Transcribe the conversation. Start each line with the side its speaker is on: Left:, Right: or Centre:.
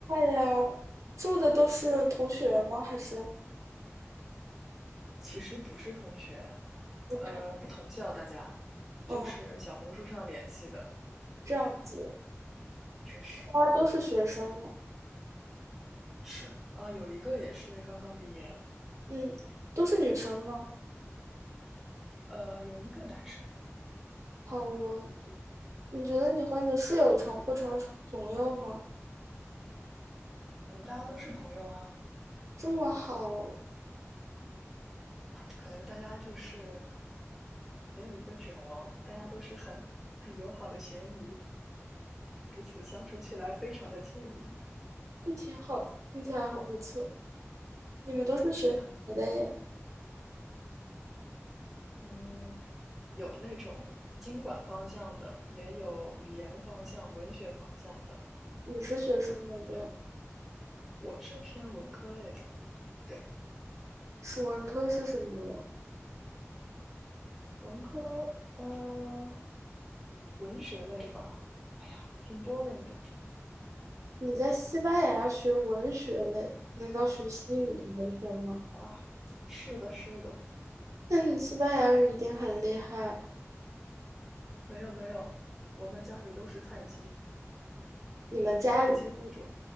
Right: 呀！住的都是同学吗？还是
Centre: 其实不是同学，
Right: 不知？
Centre: 呃，不同校，大家
Right: 嗯，
Centre: 就是小红书上联系的，
Right: 这样子，
Centre: 确实
Right: 大家都是学生呢。
Centre: 是啊，有一个也是刚刚毕业了，
Right: 嗯，都是女生吗？
Centre: 呃，有一个男生，
Right: 好啊，你觉得你和你的室友成会成为朋友吗？
Centre: 我们大家都是朋友啊，
Right: 这么好，
Centre: 可能大家就是没有一个卷王，大家都是很很友好的咸鱼，彼此相处起来非常的惬意。
Right: 也挺好的，听起来很不错。你们都是学什么的呀？
Centre: 是的，嗯，有那种经管方向的，也有语言方向、文学方向的。
Right: 你是学什么的？
Centre: 对，我是偏文科类的。对，
Right: 史文科是什么？
Centre: 文科，呃，文学类吧。哎呀，挺 boring 的
Right: 你在西班牙学文学类，难道学西语的文学吗？
Centre: 啊。是的，是的，
Right: 那你西班牙语一定很厉害。
Centre: 没有没有，我们家里都是菜鸡，
Right: 你们家里
Centre: 菜鸡户主。